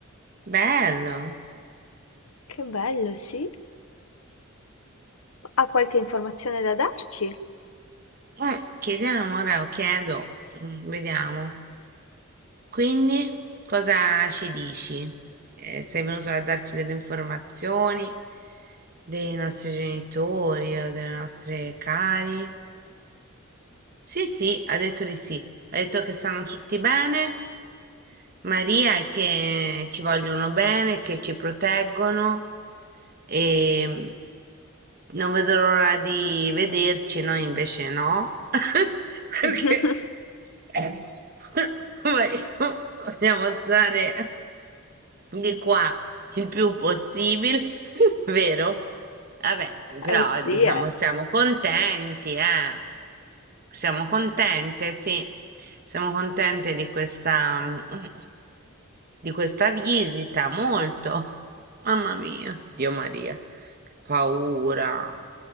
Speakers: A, on the right; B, on the left.
A: Bello.
B: che bello, sì. Ha qualche informazione da darci?
A: Eh, chiediamo ora, o chiedo, mm, vediamo. Quindi, cosa ci dici? Eh, sei venuto a darci delle informazioni dei nostri genitori o delle nostre cari? Sì, sì, ha detto di sì. Ha detto che stanno tutti bene. Maria è che ci vogliono bene, che ci proteggono e mm, non vedo l'ora di vederci, noi invece no, <laughs> perché
B: <laughs>
A: eh, <laughs> vogliamo vogliamo stare di qua. Il più possibile, <laughs> vero? Vabbè, però
B: Eh sì,
A: diciamo
B: è,
A: siamo contenti, eh. Siamo contente, sì. Siamo contente di questa, mm, mm, di questa visita, molto. <laughs> Mamma mia, Dio Maria, che paura.